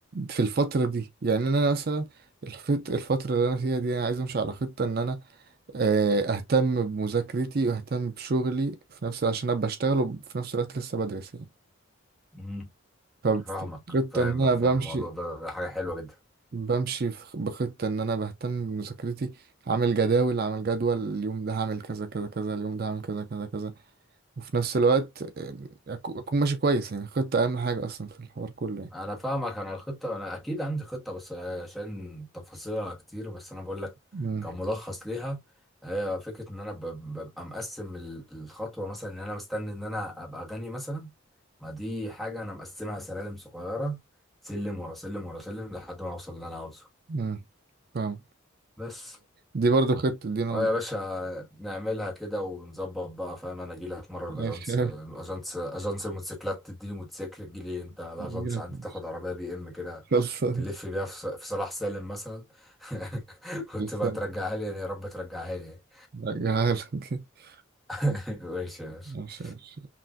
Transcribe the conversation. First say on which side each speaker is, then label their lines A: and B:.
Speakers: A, on the right; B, in the centre.
A: في الفترة دي يعني إن انا مثلا الفت... الفترة اللي انا فيها دي انا عايز امشي على خطة ان انا آه، اهتم بمذاكرتي واهتم بشغلي في نفس عشان ابقى اشتغل وفي نفس الوقت لسه بدرس يعني
B: مم.
A: فخطة
B: فاهمك فاهم
A: ان انا
B: فاهم
A: بمشي
B: الموضوع ده, ده حاجه حلوه جدا
A: بمشي في- بخطة إن أنا بهتم بمذاكرتي عامل جداول عامل جدول اليوم ده هعمل كذا كذا كذا اليوم ده هعمل كذا كذا كذا وفي نفس الوقت آه، أكو- أكون ماشي كويس يعني خطة أهم حاجة أصلا في الحوار كله يعني
B: انا فاهمك انا الخطه انا اكيد عندي خطه بس آه، عشان تفاصيلها كتير بس انا بقول لك
A: مم.
B: كملخص ليها هي فكره ان انا ب- ببقى مقسم ال- الخطوه مثلا ان انا مستني ان انا ابقى غني مثلا ما دي حاجه انا مقسمها سلالم صغيره سلم ورا سلم ورا سلم لحد ما اوصل اللي انا عاوزه
A: مم. فاهم
B: بس
A: دي برضو خطة دي نوع
B: اه يا باشا نعملها كده ونظبط بقى فاهم انا اجي لك مره
A: ماشي
B: الاجانس اجانس اجانس الموتوسيكلات تديني موتوسيكل تجي لي انت
A: <laughs>
B: الاجانس عندي تاخد عربيه بي ام كده
A: خلصان
B: تلف بيها في ص- في صلاح سالم مثلا <laughs> وتبقى
A: خلصان
B: ترجعها لي يعني يا رب ترجعها لي يعني.
A: هجيلك. <laughs>
B: <laughs> ماشي يا باشا
A: ماشي ماشي.